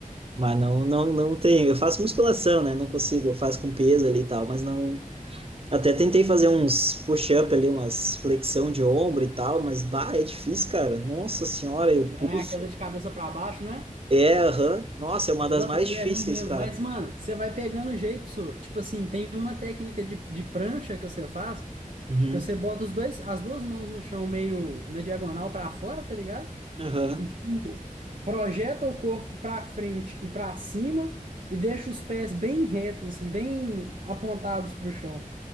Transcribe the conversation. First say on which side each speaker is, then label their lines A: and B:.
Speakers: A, on the right; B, on the right.
A: Mas não, não, não tenho. Eu faço musculação, né? Não consigo. Eu faço com peso ali e tal, mas não. Até tentei fazer uns push-up ali, umas flexão de ombro e tal, mas, bah, é difícil, cara. Nossa senhora, eu
B: né?
A: pulso.
B: Aquela de cabeça pra baixo, né?
A: É, aham. Nossa, é uma
B: Nossa,
A: das mais
B: aquilo
A: difíceis,
B: é ruim mesmo.
A: cara.
B: Mas, mano, você vai pegando o jeito, Su. Tipo assim, tem uma técnica de, de prancha que você faz.
A: Uhum.
B: Que você bota os dois, as duas mãos no chão meio na diagonal pra fora, tá ligado?
A: Aham.
B: E tipo, projeta o corpo pra frente e pra cima e deixa os pés bem retos, assim, bem apontados pro chão.